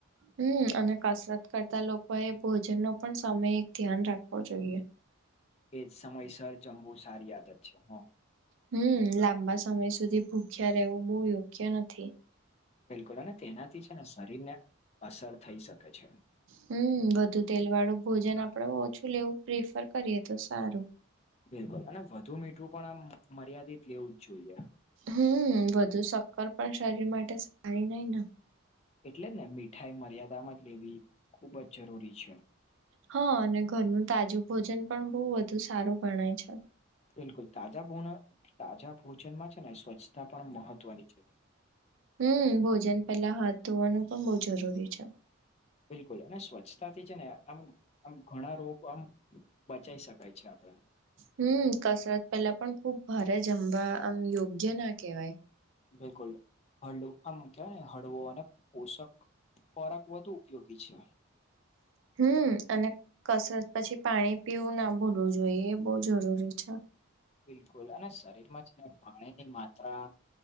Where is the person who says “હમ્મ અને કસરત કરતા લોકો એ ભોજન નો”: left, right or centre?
Right